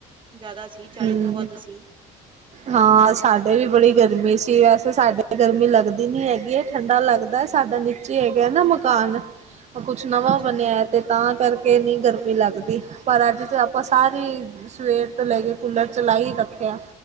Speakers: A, on the right (about 30°); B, on the right (about 45°).
A: ਜ਼ਿਆਦਾ ਸੀ, ਚਾਲੀ
B: ਹਮ
A: ਤੋਂ ਵੱਧ ਸੀ।
B: ਹਾਂ ਸਾਡੇ ਵੀ ਬੜੀ ਗਰਮੀ ਸੀ ਵੈਸੇ, ਸਾਡੇ ਗਰਮੀ ਲੱਗਦੀ ਨੀ ਹੈਗੀ ਐ, ਠੰਡਾ ਲੱਗਦਾ ਸਾਡਾ ਨੀਚੇ ਹੈਗਾ ਨਾ ਮਕਾਨ ਕੁਛ ਨਵਾਂ
A: ਅੱਛਾ।
B: ਬਣਿਆ ਹੈ, ਅਤੇ ਤਾਂ ਕਰਕੇ ਨਹੀਂ ਗਰਮੀ ਲੱਗਦੀ ਪਰ ਅੱਜ ਆਪਾਂ ਸਾਰੇ ਸਵੇਰ ਤੋਂ ਲੈ ਕੇ ਕੂਲਰ ਚਲਾਈ ਹੀ ਰੱਖਿਆ।